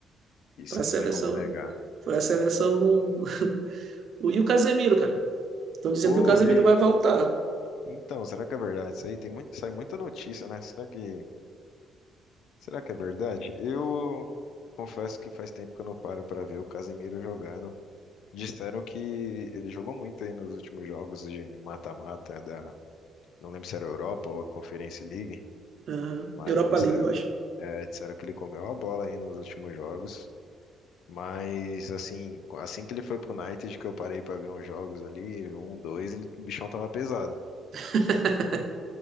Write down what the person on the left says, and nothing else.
Isso
não tem como negar.
Pô,
vi. hein?
Então, será que é verdade isso aí? Tem muito, sai muita notícia, né? Será que, será que é verdade? Eu confesso que faz tempo que eu não paro pra ver o Casemiro jogando. Disseram que ele jogou muito aí nos últimos jogos de mata-mata da Não lembro se era a Europa ou a Conference League,
mas
disseram
que,
é, disseram que ele comeu a bola aí nos últimos jogos. Mas assim, assim que ele foi pro United, que eu parei pra ver uns jogos ali, um, dois, ele, o bichão tava pesado.